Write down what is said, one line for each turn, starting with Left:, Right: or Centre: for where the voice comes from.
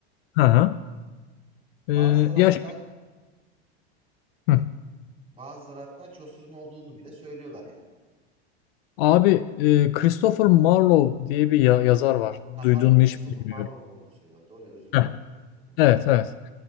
Left: Hı hı.
Right: Bazıları
Left: Ee, ya
Right: hatta
Left: Hı.
Right: bazıları hatta Chaucer'ın olduğunu bile söylüyorlar yani.
Left: Abi e, Christopher Marlowe diye bir ya- yazar var.
Right: Ha
Left: Duydun
Right: pardon
Left: mu
Right: Christopher
Left: hiç bilmiyorum.
Right: Marlowe'un olduğunu söylüyorlar. Doğru ya özür dilerim.
Left: Heh,
Right: Christopher Marlowe.
Left: Evet evet.